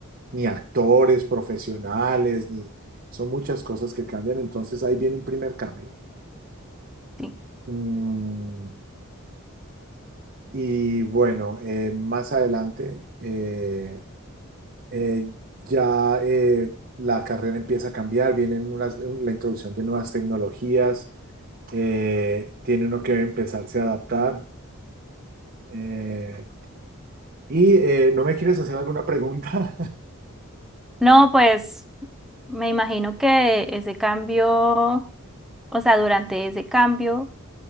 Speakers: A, on the right (about 45°); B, in the centre.
A: ni actores profesionales, ni son muchas cosas que cambian, entonces ahí viene un primer cambio.
B: Sí.
A: Mm, y bueno, eh, más adelante eh, eh, ya eh, la carrera empieza a cambiar, vienen unas, la introducción de nuevas tecnologías, eh, tiene uno que empezarse a adaptar. eh, Y eh, no me quieres hacer alguna pregunta,
B: No, pues me imagino que ese cambio. O sea, durante ese cambio,